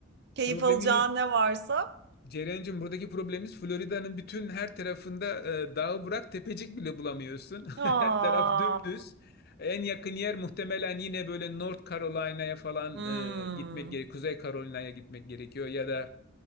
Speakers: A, on the right; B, on the left.
A: keyif
B: Problemimiz
A: alacağın ne varsa.
B: Ceren'cim buradaki problemimiz Florida'nın bütün her tarafında e, dağı bırak tepecik bile bulamıyorsun. <laughs>
A: Aa.
B: Her taraf dümdüz. En yakın yer muhtemelen yine böyle North Carolina'ya falan
A: Hmm.
B: e, gitmek gerekiyor. Kuzey Carolina'ya gitmek gerekiyor ya da